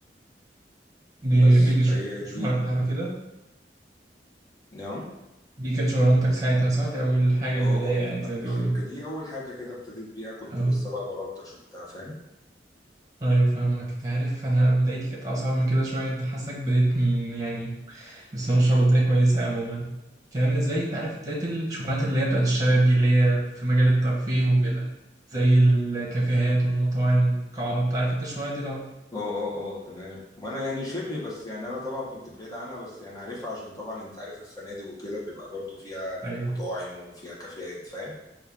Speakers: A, on the right; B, on the left.
A: دي
B: بس
A: هي دي شغ-
B: فهي
A: شغلك
B: دي
A: كانت على كده
B: نعم
A: دي كانت شغلانتك ساعتها صح دي اول حاجه
B: اه
A: البدايه يعني
B: اه فتحت
A: زي ما بيقولوا
B: الشركه دي اول حاجه كده ابتديت بيها كنت
A: اه
B: لسه بقى بلطش وبتاع فاهم
A: ايوه فاهمك انت عارف انا بدايتي كانت اصعب من كده شويه انت حاسك بديت من- يعني بس ما شاء الله بدايه كويسه عموما كان بالنسبه لي انت عارف بدايه الشغلانات اللي هي بتاعت الشباب دي اللي هي في مجال الترفيه وكده زي الكافيهات والمطاعم والقاعات عارف انت الشغلانات دي طبعا
B: اه اه اه تمام وانا يعني شبه بس يعني انا طبعا كنت بعيد عنها بس يعني عارفها عشان طبعا انت عارف الفنادق وكده بيبقى برضو فيها يعني
A: ايوه
B: مطاعم وفيها كافيهات فاهم